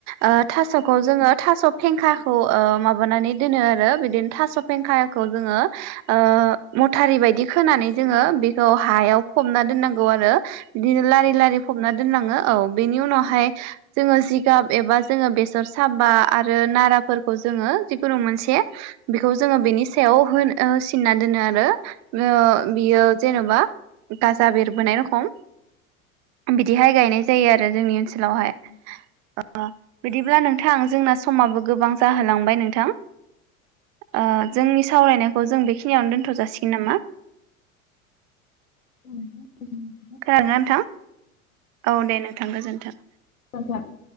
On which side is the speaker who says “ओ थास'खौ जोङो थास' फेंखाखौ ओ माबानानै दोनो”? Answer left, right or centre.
Right